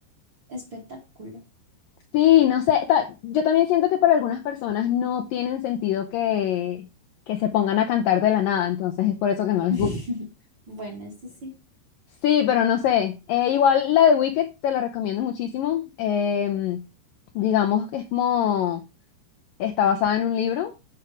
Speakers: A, on the right; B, on the left.
A: espectáculo.
B: Sí, no sé, ta- yo también siento que para algunas personas no tienen sentido que, que se pongan a cantar de la nada, entonces es por eso que no les
A: <laughs>
B: gusta.
A: Bueno, esto sí.
B: Sí, pero no sé, eh, igual la de Wicked te la recomiendo muchísimo, em, digamos que es como, está basada en un libro